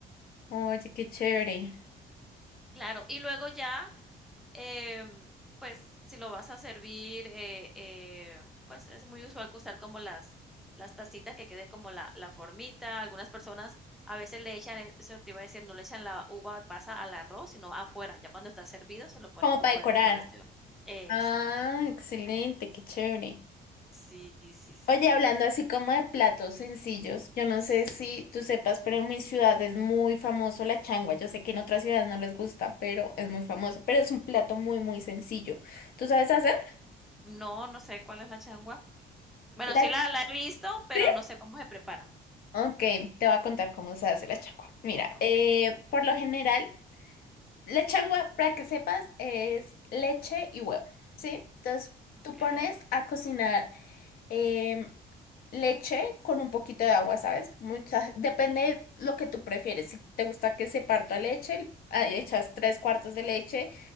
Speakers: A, on the left; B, in the centre.
A: Oye, qué chévere.
B: Claro, y luego ya, em, pues, si lo vas a servir, eh eh, pues, es muy usual que usar como las las tacitas que quede como la la formita. Algunas personas a veces le echan, e eso te iba a decir, no le echan la uva pasa al arroz, sino afuera, ya cuando está servido se lo ponen
A: Como
B: como
A: para decorar.
B: de decoración. Exacto.
A: Ah, excelente, qué chévere.
B: Sí, sí, sí.
A: Oye, hablando así como de platos sencillos, yo no sé si tú sepas, pero en mi ciudad es muy famoso la changua. Yo sé que en otras ciudades no les gusta, pero es muy famoso. Pero es un plato muy, muy sencillo. ¿Tú sabes hacer?
B: No, no sé cuál es la changua. Bueno,
A: La...
B: sí la
A: ch-
B: la he visto, pero
A: ¿Sí?
B: no sé cómo se prepara.
A: Ok, te voy a contar cómo se hace la changua. Mira,
B: Okey,
A: eh, por lo general, la changua, para que sepas, es leche y huevo, ¿sí? Entonces, tú
B: okey.
A: pones a cocinar. em, Leche con un poquito de agua, ¿sabes? Muchas, depende de lo que tú prefieres. Si te gusta que se parta leche, ahí echas tres cuartos de leche